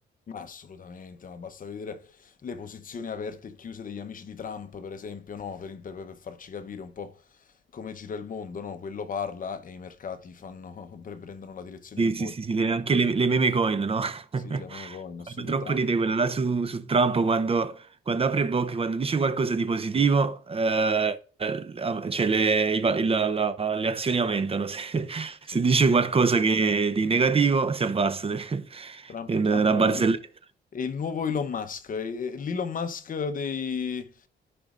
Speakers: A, on the left; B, on the right.
A: Ma assolutamente, ma basta vedere le posizioni aperte e chiuse degli amici di Trump, per esempio, no? Per, per- per farci capire un po' come gira il mondo, no? Quello parla e i mercati fanno, <laughs> pre- prendono la direzione
B: Sì,
A: che vogliono.
B: sì, sì, sì, le- anche le, le meme coin, no? <laughs>
A: Sì,
B: Fanno
A: la meme coin, assurdo.
B: troppo
A: Trump,
B: ridere quello là su, su Trump quando, quando apre bocca, quando dice qualcosa di positivo, eh, eh, cioè le, i pa- il- la- la- le azioni aumentano. <laughs> Se,
A: sì,
B: se dice
A: sì.
B: qualcosa che, di negativo, si abbassano. <laughs>
A: Trump,
B: È una
A: Trump
B: una barzelletta.
A: veramente è il nuovo Elon Musk, è- è l'Elon Musk dei...